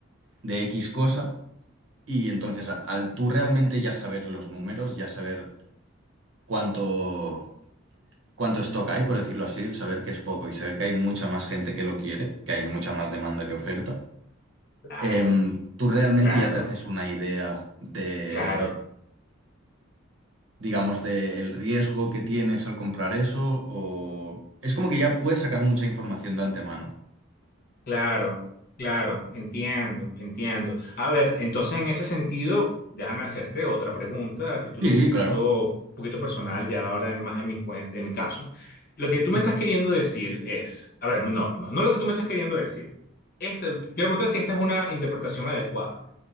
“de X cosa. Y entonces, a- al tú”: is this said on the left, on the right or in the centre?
Right